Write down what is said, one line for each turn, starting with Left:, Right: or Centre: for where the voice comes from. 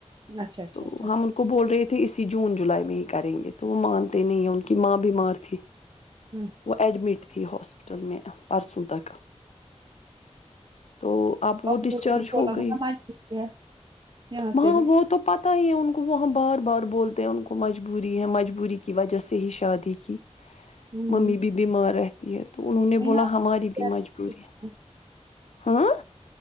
Right: اچھا اچھا اچھا
Left: تو
Right: اچھا
Left: ہم ان کو بول رہے تھے تو اسی جون جولائی میں ہی کریں گے توے تو وہ مانتے نہیں ہیں ان کی ماں بیمار تھی
Right: ہوں
Left: وہ ایڈمٹ تھی ہاسپٹل ل میں پرسوں تکا تو اب
Right: اور
Left: وہ ڈسچارج
Right: کو بھی بولا
Left: ہو
Right: تھا
Left: گئی
Right: نا مجبوری ہے یہاں
Left: وہاں
Right: سے بھی
Left: وہ تو پتا ہی ہے ان کو وہاں بار بار بولتے ہیں ان کو مجبوری ہے مجبوری کی وجہ سے ہی شادی کی
Right: ہوں
Left: ممی بھی بیمار رہتی ہے تو انہوں نے
Right: ہے
Left: بولا
Right: نا
Left: ہماری
Right: ان کی صحت
Left: بھی مجبوری
Right: ٹھیک
Left: ہے ہاں